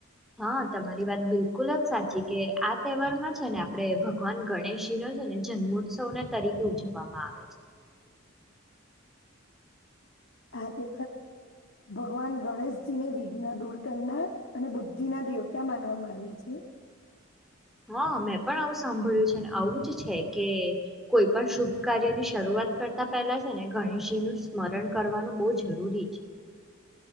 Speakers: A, in the centre; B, on the left.
A: હા તમારી વાત બિલકુલ જ સાચી કે આ તહેવારમાં છે ને આપડણે ભગવાન ગણેશજી ન ને જન્મોત્સવને તરીકે ઉજવવામાં આવે છે
B: હ તે ભગવાન ગણેશજી ને વિઘ્ન દૂર કરનાર અને બુદ્ધિ ના દેવતા માનવામાં આવે છે
A: હા મેં પણ આવું સાંભળ્યું છે અને આવું જ છે કે કોઈ પણ શુભ કાર્ય ની શરૂઆત વા કરતા પહેલા છે ને ગણેશજી નું સ્મરણ કરવાનું બહુ જરૂરી છે